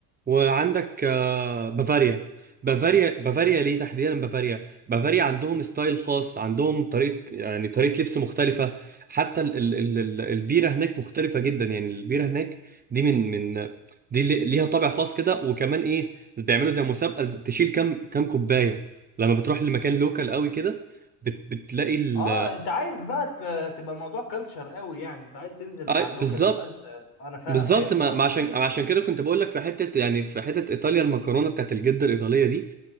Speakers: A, on the right; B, on the left.
A: وعندك آه، بافاريا بافاريا بافاريا ليه تحديدا بافاريا بافاريا عندهم ستايل خاص عندهم طريقة يعني طريقة لبس مختلفة حتى ال ال ال ال البيرة هناك مختلفة جدا يعني البيرة هناك دي من من دي لي- ليها طابع خاص كده وكمان ايه بيعملوا زي مسابقة ز- تشيل كام كام كوباية لما بتروح لمكان لوكال قوي كده بت- بتلاقي ال
B: اه انت عايز بقى ت- تبقى الموضوع كلتشر قوي يعني انت عايز تنزل
A: آه،
B: مع اللوكالز
A: بالظبط
B: وعايز ت- انا فاهم
A: بالظبط
B: فهمت
A: ما
B: قصدك
A: ما عشان
B: فهمت
A: ما عشان
B: قصدك
A: كده كنت بقول لك في حته يعني في حته ايطاليا المكرونه بتاعت الجده الايطاليه دي